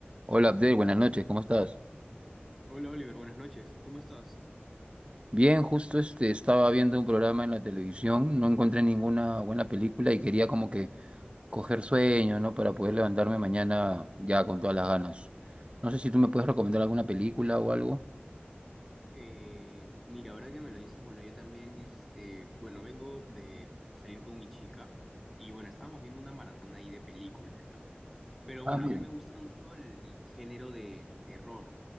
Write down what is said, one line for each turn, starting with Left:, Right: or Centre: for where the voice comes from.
Right: Hola Abdel, buenas noches, ¿cómo estás?
Centre: Hola Oliver, buenas noches. ¿Cómo estás?
Right: Bien, justo este estaba viendo un programa en la televisión, no encontré ninguna buena película y quería como que coger sueño, ¿no? Para poder levantarme mañana ya con todas las ganas. No sé si tú me puedes recomendar alguna película o algo.
Centre: Eh, mira, ahora que me lo dices, bueno, yo también, este, bueno, vengo de salir con mi chica y bueno, estábamos viendo una maratón ahí de películas, ¿no? Pero
Right: Ah,
Centre: bueno,
Right: miren,
Centre: a mí me gusta mucho el género de terror.